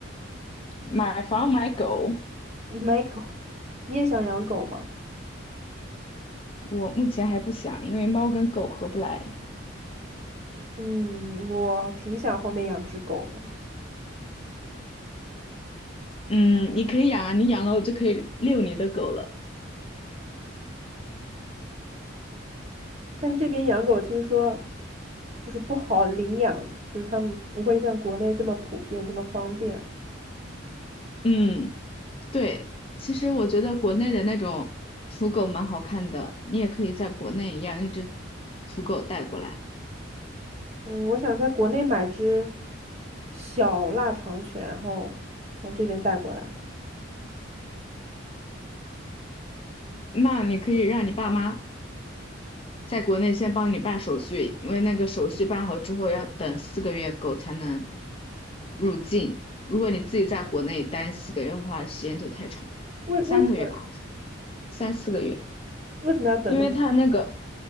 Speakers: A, on the left; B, on the right.
A: 买房买狗，
B: <laughs> 买狗。你也想养狗吗？
A: 我目前还不想，因为猫跟狗合不来。
B: 嗯，我挺想后面养只狗的，
A: 嗯，你可以养啊，你养了我就可以遛你的狗了。
B: 但这边养狗听说就是不好领养，就是他们不会像国内这么普遍，这么方便。
A: 嗯，对，其实我觉得国内的那种土狗蛮好看的，你也可以在国内养一只土狗带过来。
B: 嗯，我想在国内买只小腊肠犬，然后从这边带过来。
A: 那你可以让你爸妈在国内先帮你办手续，因为那个手续办好之后要等四个月狗才能入境。如果你自己在国内待四个月的话，时间就太长，
B: 为为什么
A: 三个月吧，好像三四个月。
B: 为什么要等那么？
A: 因为他那个，